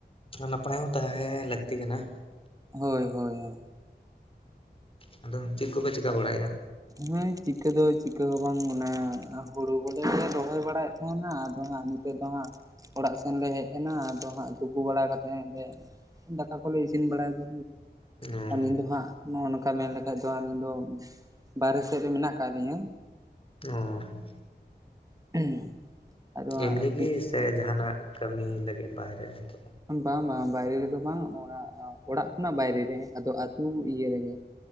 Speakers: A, on the left; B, on the right.
A: ᱱᱟᱯᱟᱭ ᱦᱚᱸ ᱛᱟᱦᱮᱸ ᱞᱟᱹᱠᱛᱤ ᱠᱟᱱᱟ᱾
B: ᱦᱳᱭ ᱦᱳᱭ ᱦᱳᱭ᱾
A: ᱦᱩᱸ ᱟᱫᱚ ᱪᱮᱫ ᱠᱚᱯᱮ ᱪᱤᱠᱟᱹ ᱵᱟᱲᱟᱭᱮᱜᱼᱟ?
B: ᱦᱮᱸ ᱪᱤᱠᱟᱹ ᱫᱚ ᱪᱤᱠᱟᱹ ᱦᱚᱸ ᱵᱟᱝ ᱚᱱᱮ ᱦᱩᱲᱩ ᱠᱚᱞᱮ ᱨᱚᱦᱚᱭ ᱵᱟᱲᱟᱭᱮᱫ ᱛᱟᱦᱮᱱᱟ ᱟᱫᱚ ᱦᱟᱸᱜ ᱱᱤᱛ ᱱᱤᱛᱚᱜ ᱫᱚ ᱦᱟᱸᱜ ᱚᱲᱟᱜ ᱥᱮᱱᱞᱮ ᱦᱮᱡ ᱮᱱᱟ ᱟᱫᱚ ᱦᱟᱸᱜ ᱛᱩᱯᱩ ᱵᱟᱲᱟ ᱠᱟᱛᱮ ᱞᱮ ᱫᱟᱠᱟ ᱠᱚᱞᱮ ᱤᱥᱤᱱ ᱵᱟᱲᱟᱭᱫᱟ᱾
A: ᱚ᱾
B: ᱱᱤᱛ ᱫᱚ ᱦᱟᱸᱜ ᱱᱚᱜᱼᱚ ᱱᱚᱝᱠᱟ ᱢᱮᱱ ᱞᱮᱠᱟ ᱠᱷᱟᱡ ᱫᱚ ᱟᱹᱞᱤᱧ ᱫᱚ <unintelligible> ᱥᱮᱫ ᱨᱮ ᱢᱮᱱᱟᱜ ᱟᱠᱟᱜ ᱞᱤᱧᱟ᱾
A: ᱚᱸ
B: <unintelligible> ᱟᱫᱚ ᱦᱟᱸᱜ
A: ᱮᱢᱱᱤ ᱜᱮ ᱥᱮ ᱡᱟᱦᱟᱱᱟᱜ ᱠᱟᱹᱢᱤ ᱞᱟᱹᱜᱤᱫ ᱵᱟᱭᱨᱮ ᱱᱤᱛᱚᱜ?
B: ᱵᱟᱝ ᱵᱟᱝ ᱵᱟᱭᱨᱮ ᱨᱮᱫᱚ ᱵᱟᱝ ᱚᱲᱟᱜ ᱚᱲᱟᱜ ᱠᱷᱚᱱᱟᱜ ᱵᱟᱭᱨᱮ ᱨᱮ ᱟᱫᱚ ᱟᱹᱛᱩ ᱤᱭᱟᱹ ᱨᱮᱜᱮ᱾